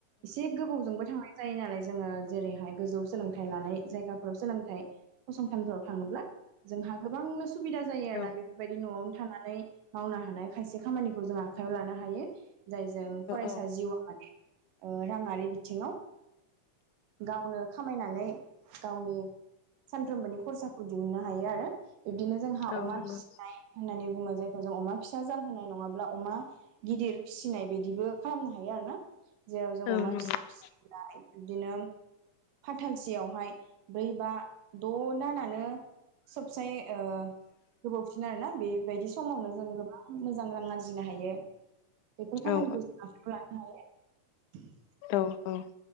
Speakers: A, on the right; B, on the left.
A: एसे गोबावजोंबो थांनाय जायो नालाय जोङो जेरैहाय गोजौ सोलोंथाइ लानाय जायगाफोराव सोलोंथाइ फसंथानफोराव थाङोब्ला जोंहा गोबांनो स सुबिदा जायो आरो
B: औ
A: ना बेफोरबायदि नआवनो थानानै मावनो हानाय खायसे खामानिखौ जों आखाइायाव लानो हायो जायजों फरायसा
B: औ
A: जिउआ माने ओ राङारि बिथिङाव गावनो खामायनानै गावनि सानफ्रोमबोनि खरसाखौ दिहुननो हायो आरो बिब्दिनो जोंहा
B: औ
A: अमा
B: नंगौ
A: फिसिनाय
B: औ नंगौ
A: होननानै बुङो जायखौ जों अमा फिसा जाहोनाय नङाब्ला अमा गिदिर फिसिनाय बिदिबो खालामनो हायो आरो ना जेराव जों अमा
B: औ
A: फिसा फिसिनाय बिदिनो फाथालसेयावहाय ब्रै बा द' दानानो सबसाय ओ गोबावसिन आरोना बेबायदि समावनो जों गोबां मोजां रां आरजिनो हायो बेफोर
B: औ
A: खामानिखौ
B: नंगौ औ नंगौ औ
A: जों आखायाव लानो हायो <unintelligible>
B: औ औ